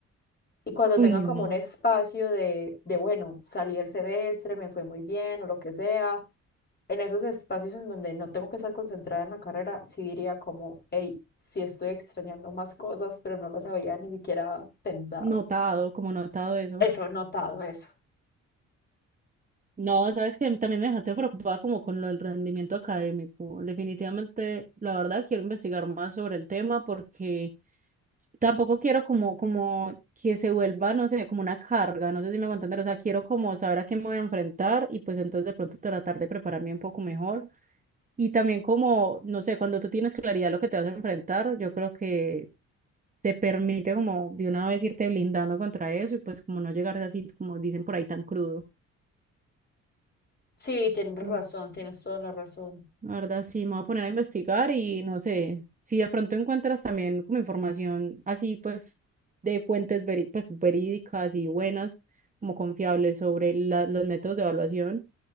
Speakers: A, on the left (about 35°); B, on the right (about 25°).
A: y cuando
B: Uy,
A: tenga como
B: no.
A: un espacio de, de, bueno, salí el semestre, me fue muy bien o lo que sea, en esos espacios en donde no tengo que estar concentrada en la carrera, sí diría como, hey, sí estoy extrañando más cosas, pero no las había ni siquiera pensado.
B: Notado, como notado eso.
A: Eso, notado eso.
B: No, sabes que también me dejaste preocupada como con lo del rendimiento académico. Definitivamente, la verdad, quiero investigar más sobre el tema porque tampoco quiero como, como que se vuelva, no sé, como una carga, no sé si me voy a entender, o sea, quiero como saber a qué me voy a enfrentar y pues entonces de pronto tratar de prepararme un poco mejor. Y también como, no sé, cuando tú tienes claridad de lo que te vas a enfrentar, yo creo que te permite como de una vez irte blindando contra eso y pues como no llegar así, como dicen por ahí, tan crudo.
A: Sí, tienes
B: Entonces,
A: razón, tienes toda la razón.
B: La verdad, sí, me voy a poner a investigar y no sé, si de pronto encuentras también como información así, pues, de fuentes veri- pues, verídicas y buenas, como confiables sobre la- los métodos de evaluación